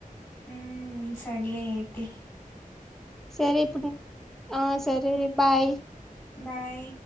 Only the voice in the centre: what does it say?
సరే ఇప్పుడు ఆ సరే బాయ్